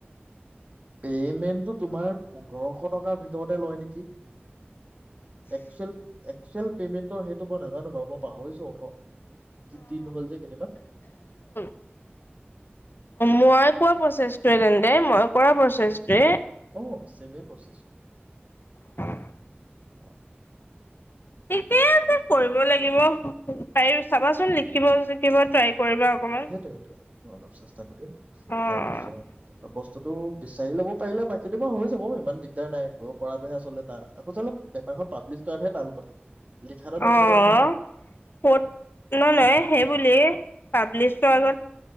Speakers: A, on the right; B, on the left.
A: পে'মেণ্টটো তোমাৰ পোন্ধৰশ টকাৰ ভিতৰতে লয় নেকি। একচুৱেল একচুৱেল পেমেণ্ট টো সেইটো মই নাজানো বাৰু মই পাহৰিছো অ। দিন হ'ল যে কেইদিন মান।
B: অ', মই কোৱা প্ৰচেছটোৱে তেন্তে, মই কৰা প্ৰচেছটোৱে
A: অ', চেমেয়ে প্ৰচেছ
B: <inaudible>
A: অ'।
B: ঠিকেই আছে কৰিব লাগিব। পাৰ-চাবাচোন লিখিব যে কি ট্ৰাই কৰিবা অকমান।
A: সেইটো, সেইটোয়ে মই অলপ চেষ্টা কৰিম
B: অ'
A: তাৰপিছত বস্তুটো বিচাৰি ল'ব পাৰিলে বাক সেইটো বাৰু হৈ যাব ইমান দিগদাৰ নাই একো পৰাটোহে আচলতে আচল-পেপাৰখন পাব্লিছ কৰাটোহে টান কথা। লিখাটো ডাঙৰ
B: অ',
A: কথা নহয়
B: ক'ত ন, ন সেইবুলি পাব্লিছৰ আগত